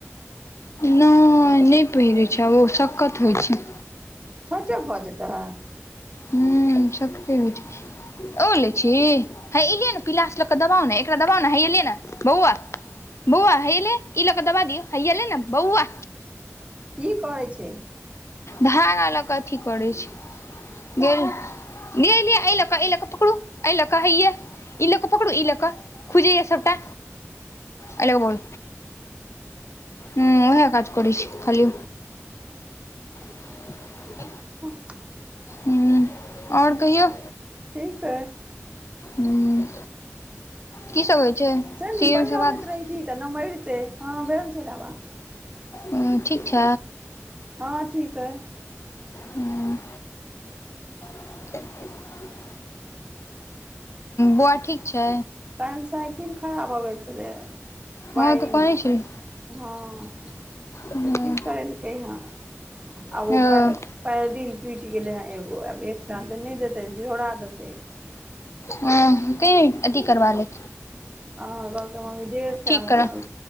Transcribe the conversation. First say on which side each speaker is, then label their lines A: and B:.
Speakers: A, on the left (about 65°); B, on the right (about 25°).
A: नहि नहि पहिरैत छै। आब ओ सक्कत होइ छै।
B: छोटे भऽ जेतै।
A: ह शक्ती ओलै छी। हे एयलियै ने पिलासँ लके दबाव ने। एकरा दबाव ने हे एलियै ने बौआ बौआ हेले ई लऽ कऽ दबा दिौ हेयएले ने बौआ।
B: की करै छै।
A: धागा लऽ क अथी करै छै गेल। नहि नहि अ लका ए लक पकड़ू एहि लका हीय ई लऽ कऽ पकड़ू। ई लऽ कऽ खुजे य सबटा अ ल बोल ह उएह काज कर छी। खाली <inaudible>
B: त
A: ह आओर कहियौ।
B: ठीक हइ।
A: ह की सब होइ छै।
B: सैंडिल
A: सी एम
B: पहिर
A: सँ
B: अबैत
A: बात
B: रहहिथि। तऽ न मरितै हँ भेल छल। आाबा
A: ह ठीक छ।
B: हँ ठीक है।
A: हँ। <inaudible> बौआ ठीक छै?
B: पनस िन खराब आबैत छलै।
A: हँ
B: वायरिंग
A: तऽ कहने छली
B: हँ।
A: हूँ
B: पच्ची करलकै। या आब
A: हँ
B: ओप पैडिल टूटि गेले। हे एगो आब एकटा तऽ नहि देते झोड़ा देते।
A: ह क अथ कर ले।
B: अहाँ कहलकै। मम्मी डेढ़ सएमे
A: ठीक करब
B: कहल